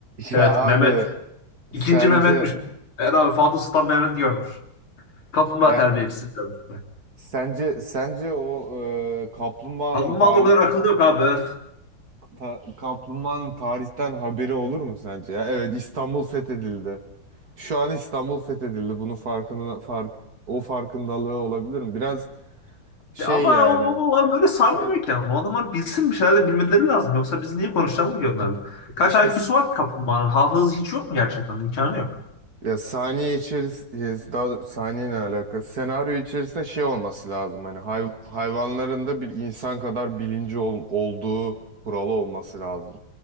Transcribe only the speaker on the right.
Ya
abi
sence
ya
sence sence o e, kaplumbağanın
tarih
ta- kaplumbağanın tarihten haberi olur mu sence? Ya evet İstanbul fethedildi. Şu an İstanbul fethedildi. Bunun farkına fark o farkındalığı olabilir mi? Biraz şey
yani.
Sen-
İşte
Ya saniye içerisinde daha doğrusu saniye ne alaka? Senaryo içerisinde şey olması lazım. Hani hay- hayvanların da bir insan kadar bilinci ol- olduğu kuralı olması lazım.